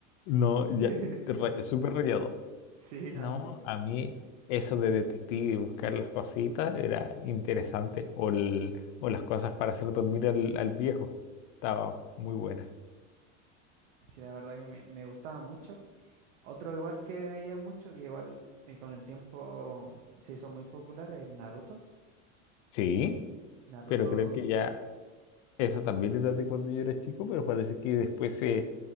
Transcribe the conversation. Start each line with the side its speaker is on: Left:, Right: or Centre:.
Left: No,
Right: <laughs>
Left: ya,
Right: de detective
Left: re-
Right: Conan.
Left: súper rayado.
Right: Sí,
Left: No,
Right: no, sí.
Left: a mí eso de detective y buscar las cositas era interesante. O, el- o las cosas para hacer dormir al, al viejo. Estaba muy buena.
Right: Sí, la verdad que me, me gustaba mucho. Otro igual que veía mucho, que igual eh, con el tiempo mm, se hizo muy popular, es Naruto.
Left: Sí,
Right: Naruto,
Left: pero creo que ya eso también era de cuando yo era chico, pero parece que después se,